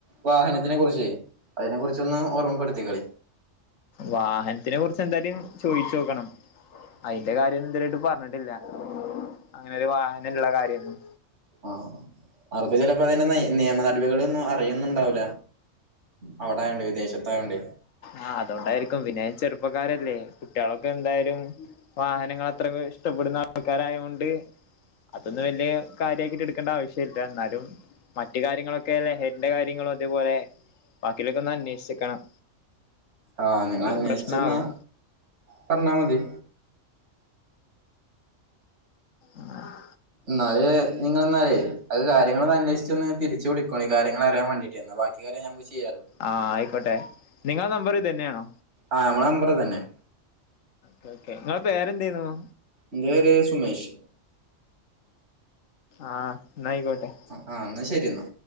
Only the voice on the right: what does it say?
വാഹനത്തിനെ കുറിച്ച് അതിനെ കുറിച്ചൊന്ന് ഓർമ്മപ്പെടുത്തി കളി
ആഹ അവർക്ക് ചിലപ്പോ അതിന്റെ ന നിയമ നടപികള ഒന്നും അറിയൊന്നുംണ്ടാവില അവിടെ ആയതുകൊണ്ട് വിദേശത്തായണ്ട്
ആഹ് നിങ്ങളെ അന്വേഷിച്ചിന്ന
പറഞ്ഞാ മതി
എന്നാല് നിങ്ങള്ന്നാലെ അഹ് കാര്യങ്ങളൊന്ന് അന്വേഷിച്ചൊന്ന് തിരിച്ചു വിളിക്കോനി കാര്യങ്ങള് അറിയാൻ വാണ്ടിട്ടേര്ന്നു ന്നാ വാ ക്കി കാര്യം ഞമ്മള് ചെയ്യാലോ
ആഹ് അമ്മളെ നമ്പർ ഇതന്നെ
ഇന്റെ പേര് സുമേഷ്
ആഹ് ആഹ് ഇന്നാ ശരിയന്നാ